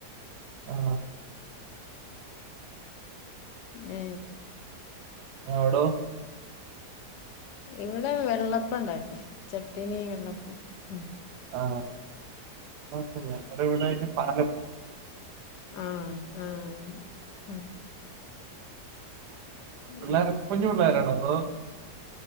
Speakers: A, on the right (about 80°); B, on the left (about 80°).
A: ആ
B: ഏ
A: ഓടൊ
B: ഇവിടെ വെള്ളപ്പ ണ്ടാക്കി ചട്ടിനിവെള്ളപ്പോം ഉം
A: ആ ഞങ്ങളിവിടെ അതിന് പാലപ്പം
B: ആ ആ ഉം ഉം.
A: പിള്ളേര കുഞ്ഞു പിള്ളോരാണോ ഓ